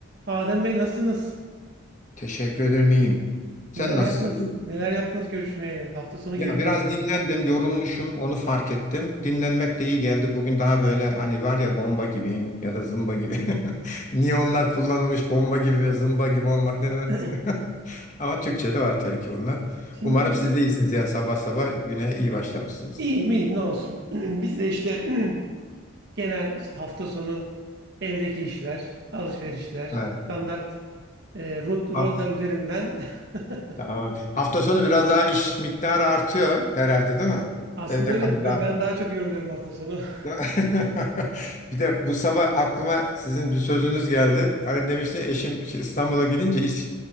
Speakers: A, on the right; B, on the left.
A: Adem Bey nasılsınız?
B: Teşekkür ederim iyiyim. Sen
A: Neler
B: nasılsın?
A: yaptınız?
B: İyi. misin?
A: Neler yaptınız görüşmeyle? Hafta sonu
B: Ya
A: girdi
B: biraz
A: araya.
B: dinlendim, yorulmuşum, onu fark ettim. Dinlenmek de iyi geldi. Bugün daha böyle hani var ya bomba gibiyim ya da zımba gibi. <laughs> Niye onlar kullanılmış bomba gibi ve zımba gibi olmak ne demekse.
A: <clears throat>
B: <laughs> Ama Türkçe'de var tabii ki bunlar.
A: Şimdi
B: Umarım siz de iyisiniz ya sabah sabah güne iyi başlamışsınız.
A: iyiyim iyiyim ne olsun. <clears throat> Biz de işte <clears throat> genel işte hafta sonu evdeki işler, alışverişler,
B: Evet.
A: standart e, rot, rota
B: Haf-
A: üzerinden. <laughs>
B: tamam. Hafta sonu biraz daha iş miktarı artıyor herhalde değil mi?
A: Aslında
B: Evde
A: öyle
B: kalın daha.
A: ben, ben daha çok yoruluyorum hafta sonu. <laughs>
B: Ya- <laughs> Bir de bu sabah aklıma sizin bir sözünüz geldi. Hani demişti eşim şey, İstanbul'a gidince iş